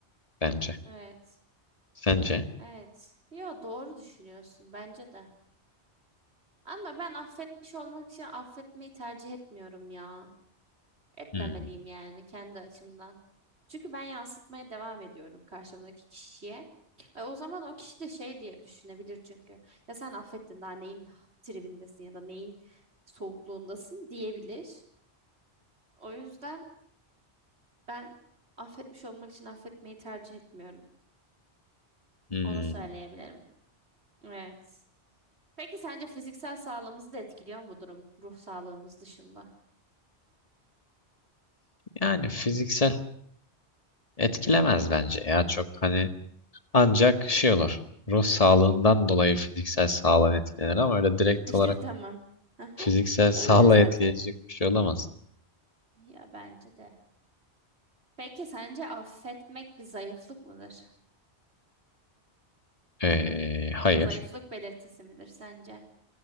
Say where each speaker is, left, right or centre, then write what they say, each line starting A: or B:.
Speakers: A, on the left (about 35°); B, on the right (about 70°).
A: bence.
B: Evet.
A: Sence?
B: Evet. Ya doğru düşünüyorsun bence de. Ama ben affetmiş olmak için affetmeyi tercih etmiyorum ya. Etmemeliyim
A: Hmm.
B: yani kendi açımdan. Çünkü ben yansıtmaya devam ediyorum karşımdaki kişiye. E, o zaman o kişi de şey diye düşünebilir çünkü. Ya sen affettin daha neyin tribindesin ya da neyin soğukluğundasın diyebilir. O yüzden ben affetmiş olmak için affetmeyi tercih etmiyorum.
A: Hmm.
B: Onu söyleyebilirim. Evet. Peki sence fiziksel sağlığımızı da etkiliyor mu bu durum ruh sağlığımız dışında?
A: Yani fiziksel etkilemez bence ya çok hani ancak şey olur. Ruh sağlığından dolayı fiziksel sağlığa etkilenir ama öyle direkt
B: İşte
A: olarak
B: tamam. Aha,
A: fiziksel <laughs> sağlığa
B: öyle zaten.
A: etkileyecek bir şey olamaz.
B: Ya bence de. Peki sence affetmek bir zayıflık mıdır?
A: Ee, hayır.
B: Zayıflık belirtisi midir sence?